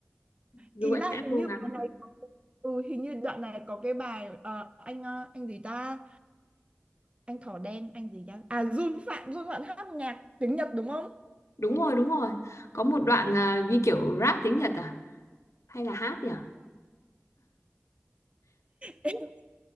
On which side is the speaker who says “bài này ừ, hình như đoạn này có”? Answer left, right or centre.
Right